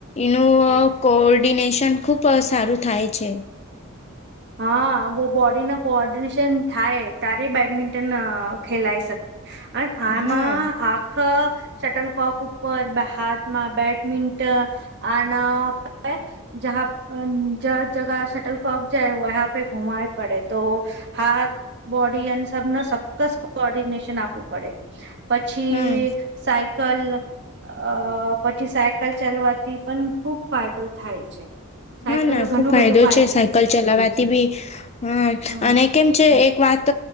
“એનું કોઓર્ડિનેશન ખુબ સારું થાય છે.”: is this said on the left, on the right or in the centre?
Left